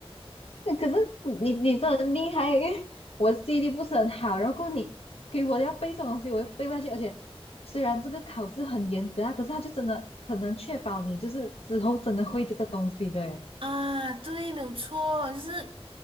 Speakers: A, on the left (about 70°); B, on the right (about 60°).
A: 嗯可是你你真的很厉害，因为我记忆力不是很好，然后过后你给我要背这种东西，我又背不下去，而且虽然这个考试很严格啊，可是他就真的很能确保你就是之后真的会这个东西的耶。
B: 啊。对，没有错，就是